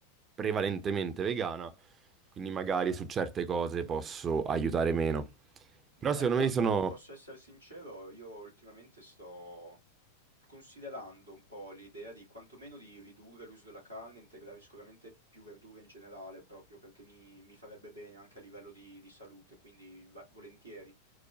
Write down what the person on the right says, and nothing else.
prevalentemente vegana, quindi magari su certe cose posso aiutare meno.
Però secondo
me sono,